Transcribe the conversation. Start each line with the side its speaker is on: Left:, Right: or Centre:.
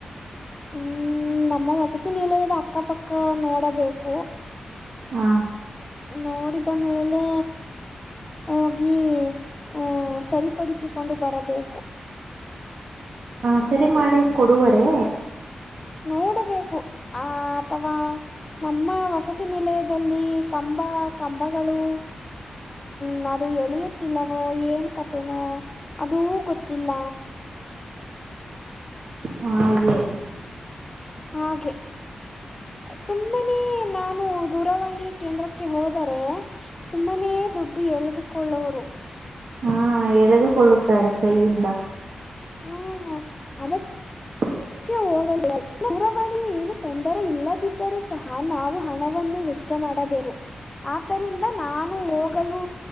Left: ಹ್ಮ್ ನಮ್ಮ ವಸತಿ ನಿಲಯದ ಅಕ್ಕಪಕ್ಕ ನೋಡಬೇಕು.
Right: ಹಾ
Left: ನೋಡಿದ ಮೇಲೆ ಹೋಗಿ. ಹ್ಮ ಸರಿಪಡಿಸಿಕೊಂಡು ಬರಬೇಕು.
Right: ಹ ಸರಿ ಮಾಡಿ ಕೊಡುವರೇ.
Left: ನೋಡಬೇಕು ಆ. ಅಥವಾ ನಮ್ಮ ವಸತಿ ನಿಲಯದಲ್ಲಿ ಕಂಬ ಕಂಬಗಳು.
Right: ಹ್ಮ
Left: ನ ಅದು ಎಳೆಯುತ್ತಿಲ್ಲವೋ ಏನ್ ಕತೆೇನೋ ಅದುೂ ಗೊತ್ತಿಲ್ಲ.
Right: ಹಾಗೆ
Left: ಹಾಗೆ ಸುಮ್ಮನೆ ನಾನು ದೂರವಾಣಿ ಕೇಂದ್ರಕ್ಕೆ ಹೋದರೆ. ಸುಮ್ಮನೆೇ ದುಡ್ಡು ಎಳೆದುಕೊಳ್ಳುವರು.
Right: ಹಾ ಎಳೆದುಕೊಳ್ಳುತ್ತಾರೆ ಕೈಯಿಂದ.
Left: ಹಾ ಅದಕ್
Right: <inaudible>
Left: <unintelligible> ದೂರವಾಣಿ ಎನು ತೊಂದರೆ ಇಲ್ಲದಿದ್ದರೂ ಸಹ ನಾವು ಹಣವನ್ನು ವೆ ವಚ್ಚ ಮಾಡಬೇಕು ಆದ್ದರಿಂದ ನಾನು ಹೋಗಲು